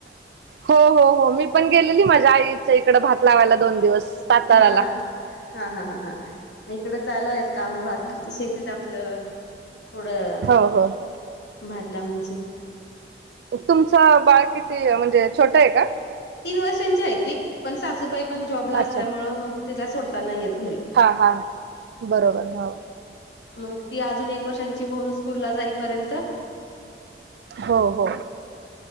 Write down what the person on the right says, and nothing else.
हो- हो- हो, मी पण गेलेली माझ्या आईच्या इकडं, भात लावायला दोन दिवस साताराला.
हो हो.
तुमचं बाळ किती म्हणजे छोटाए का.
अच्छा.
हा हा बरोबर हा.
हो हो